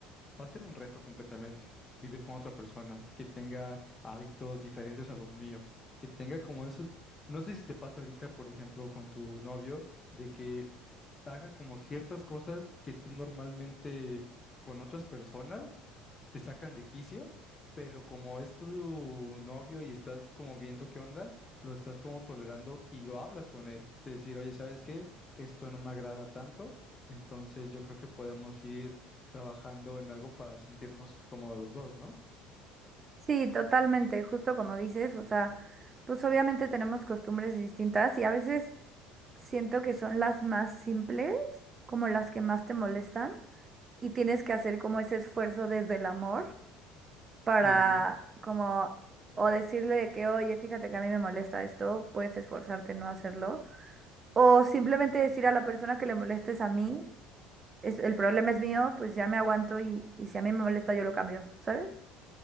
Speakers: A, on the left; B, on the right.
A: Va a ser un reto completamente vivir con otra persona que tenga hábitos diferentes a los míos, que tenga como esos, no sé si te pasa ahorita, por ejemplo, con tu novio, de que haga como ciertas cosas que tú normalmente con otras personas te sacan de quicio, pero como es tu novio y estás como viendo qué onda, lo estás como tolerando y lo hablas con él. De decir, oye, ¿sabes qué? Esto no me agrada tanto, entonces yo creo que podemos ir trabajando en algo para sentirnos cómodos los dos, ¿no?
B: Sí, totalmente, justo como dices, o sea, pues obviamente tenemos costumbres distintas y a veces siento que son las más simples, como las que más te molestan. y tienes que hacer como ese esfuerzo desde el amor para
A: Sí, sí.
B: como o decirle de que, oye, fíjate que a mí me molesta esto, puedes esforzarte en no hacerlo, o simplemente decir a la persona que le molestes a mí, es, el problema es mío, pues ya me aguanto y, y si a mí me molesta yo lo cambio, ¿sabes?